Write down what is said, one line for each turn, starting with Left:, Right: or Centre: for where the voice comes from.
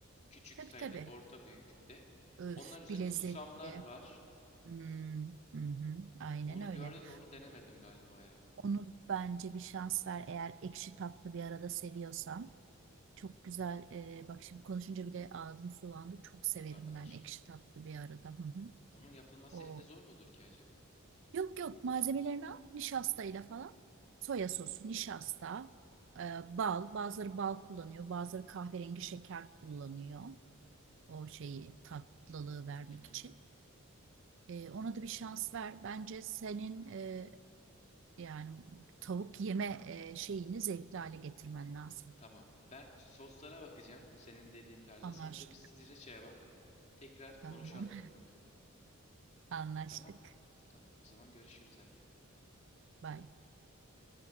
Left: Küçük
Right: Tabii
Left: sayılır,
Right: tabii.
Left: orta büyüklükte.
Right: Öf
Left: Onlar üzerine
Right: bir lezzetli.
Left: susamlar var.
Right: Hmm, hı hı, aynen
Left: Onu
Right: öyle.
Left: gördüm de onu denemedim galiba ya.
Right: Onu bence bir şans ver eğer ekşi tatlı bir arada seviyorsan. Çok güzel. e, bak şimdi konuşunca bile ağzım sulandı. Çok severim
Left: O kadar.
Right: ben ekşi tatlı bir arada. Hı hı.
Left: Onun yapılması
Right: O
Left: evde zor mudur ki acaba?
Right: Yok yok malzemelerini al nişastayla falan. Soya sosu, nişasta, e, bal. Bazıları bal kullanıyor, bazıları kahverengi şeker kullanıyor. O şeyi tatlılığı vermek
Left: Hı hı.
Right: için. E, ona da bir şans ver. Bence senin e, yani tavuk yeme e, şeyini zevkli hale getirmen lazım.
Left: Tamam. Ben soslara bakacağım. Senin dediğin tarzda.
Right: Anlaştık.
Left: Sen de bir sriracha'ya bak. Tekrar
Right: Tamam.
Left: konuşalım bu konuyu.
Right: <laughs> Anlaştık.
Left: Tamam. Tamam. O zaman görüşürüz hadi.
Right: Bye.
Left: Bay bay.